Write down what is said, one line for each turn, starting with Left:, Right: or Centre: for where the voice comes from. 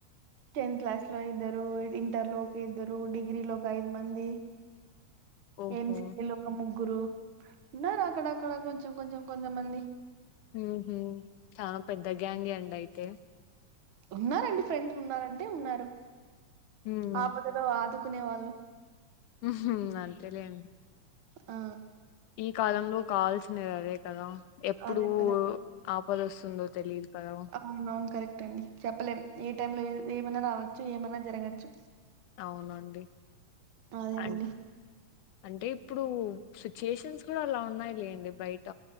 Right: టెన్త్ క్లాస్‌లో ఇద్దరు ఇంటర్లో ఒక ఇద్దరు డిగ్రిలో ఒక ఐదు మంది
Left: ఓహో
Right: ఎంసీఏలో ఒక ముగ్గురు ఉన్నారు అక్కడక్కడ కొంచెం కొంచెం కొంచెంమంది
Left: మ్మ్ఉహ్మ్ చానా పెద్ద గ్యాంగే అండి అయితే
Right: ఉన్నారండి ఫ్రెండ్స్ ఉన్నారంటే ఉన్నారు
Left: ఉమ్
Right: ఆపదలో ఆదుకునే వాళ్ళు
Left: మ్మ్ఉహ్మ్ అంతేలేండి
Right: ఆ
Left: ఈ కాలంలో కావాల్సినది అదే కదా ఎప్పుడూ
Right: అదే కదండీ.
Left: ఆపద వస్తుందో తెలిదు కదా
Right: అవునవును కరెక్టే అండి చెప్పలేం ఏ టైమ్‌లో ఏ ఏమన్న రావచ్చు ఏమన్నా జరగచ్చు
Left: అవునండి
Right: అదే
Left: అం
Right: అండి
Left: అంటే ఇప్పుడు సిచ్యుయేషన్స్ కూడా అలా ఉన్నాయి లేండి బయట